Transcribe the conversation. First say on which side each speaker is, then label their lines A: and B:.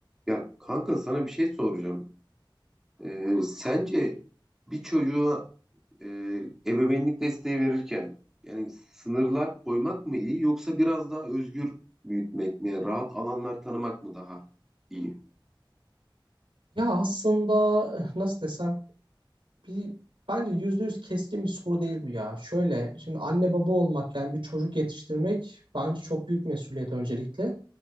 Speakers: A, in the centre; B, on the right.
A: Ya kanka sana bir şey soracağım. Ee, sence bir çocuğa e, ebeveynlik desteği verirken yani sınırlar koymak mı iyi yoksa biraz daha özgür büyütmek mi? Yani rahat alanlar tanımak mı daha iyi?
B: Ya aslında eh, nasıl desem bir bence yüzde yüz keskin bir soru değil bu ya. Şöyle şimdi anne baba olmak yani bir çocuk yetiştirmek bence çok büyük mesuliyet öncelikle.